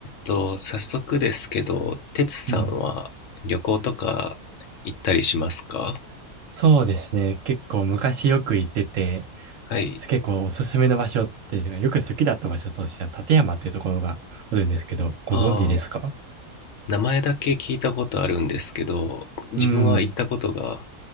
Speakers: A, on the left; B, on the right.
A: と、早速ですけど、てつさんは旅行とか行ったりしますか
B: うん。そうですね。結構昔よく行ってて、
A: はい。
B: 結構おすすめの場所っていうか、よく好きだった場所としては、立山っていうところがあるんですけど、ご存知ですか
A: ああ、名前だけ聞いたことあるんですけど、自分は行ったことが
B: うん。